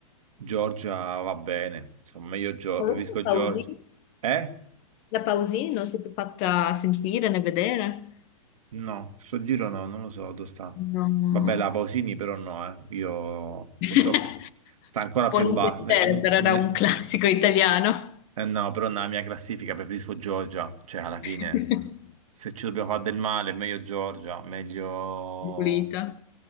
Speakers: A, on the right; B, on the left.
A: Giorgia va bene, insomma, meglio Giorgia,
B: voce
A: preferisco
B: di Pausini
A: Giorgia. Eh?
B: La Pausini non si è più fatta sentire né vedere?
A: No, sto giro no, non lo so dove sta.
B: No, no.
A: Vabbè, la Pausini però no, eh. Io
B: <laughs>
A: purtroppo sta ancora
B: Può
A: più
B: non
A: in basso.
B: piacere,
A: Ne-
B: però
A: ne-
B: era un classico italiano.
A: Eh no, però nella mia classifica preferisco Giorgia, cioè alla fine
B: <laughs>
A: se ci dobbiamo fare del male, meglio Giorgia, meglio...
B: Pulita.